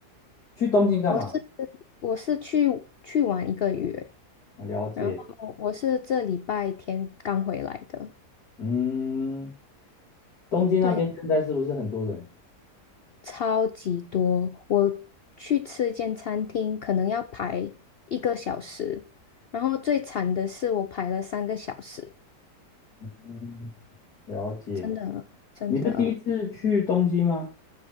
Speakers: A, on the left (about 65°); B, on the left (about 80°).
A: 去东京干嘛？
B: 我是我是去去玩一个月，
A: 我了解。
B: 然后我是这礼拜天刚回来的。
A: 嗯，东京那边现在是不是很多人？
B: 对超级多。我去吃一间餐厅，可能要排一个小时，然后最惨的是我排了三个小时，
A: 嗯，了解。
B: 真的真的
A: 你是第一次去东京吗？